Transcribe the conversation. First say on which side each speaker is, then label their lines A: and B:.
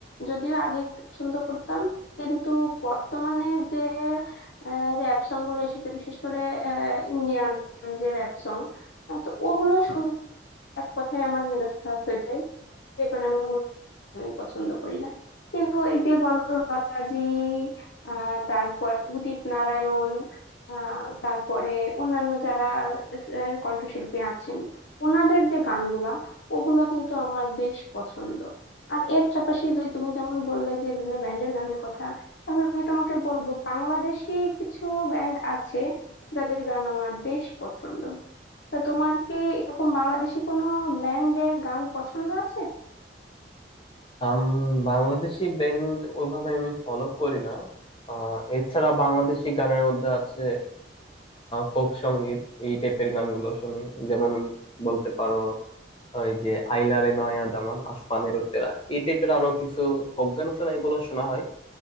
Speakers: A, on the left; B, on the left.
A: যদিও আগে একটু পছন্দ করতাম কিন্তু বর্তমানে যে আহ, যে র্যাপ সং গুলো এসেছে বিশেষ করে ইন্ডিয়ান যে র্যাপ সং তো ওগুলো শুনে এক কথায় আমার মেজাজ খারাপ হয়ে যায় রেকর্ড আমি ওগুলো আমি পছন্দ করি না কিন্তু এই যে বলো লতাজি আহ তারপরে উদিত নারায়ণ আহ তারপরে অন্যান্য যারা আহ, কণ্ঠশিল্পী আছেন ওনাদের যে গানগুলা ওগুলা কিন্তু আমার বেশ পছন্দ আর এর পাশাপাশি যদি তুমি যেমন বললে যে বিভিন্ন ব্যান্ডের গানের কথা তাহলে আমি তোমাকে বলবো বাংলাদেশি কিছু ব্যান্ড আছে যাদের গান আমার বেশ পছন্দ তা তোমার কি এরকম বাংলাদেশি কোনো ব্যান্ডের গান পছন্দ আছে
B: আম, বাংলাদেশি ব্যান্ড ওইভাবে আমি ফলো করি না আহ, এছাড়া বাংলাদেশি গানের মধ্যে আছে ফোক সঙ্গীত এই টাইপের গানগুলো শুনি যেমন বলতে পারো ওই যে আইলারে নয়া দামান আসমানের উত্তেরা এই টাইপের আরো কিছু ফোক গান আছে না এগুলো শোনা হয়